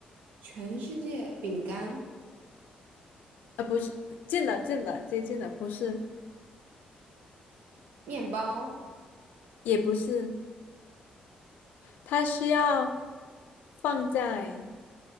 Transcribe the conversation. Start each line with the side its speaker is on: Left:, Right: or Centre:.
Right: 全世界饼干、
Left: 呃，不是，近了，近了，接近了，不是，
Right: 面包、
Left: 也不是，它需要放在